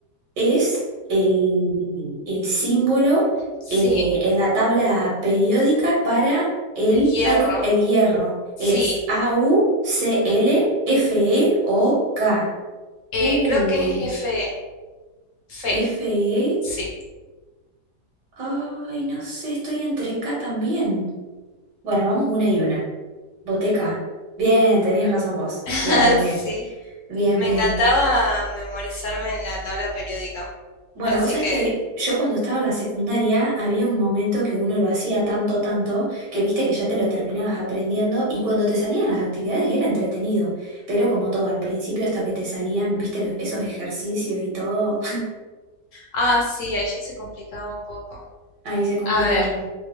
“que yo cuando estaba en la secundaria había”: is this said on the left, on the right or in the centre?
Right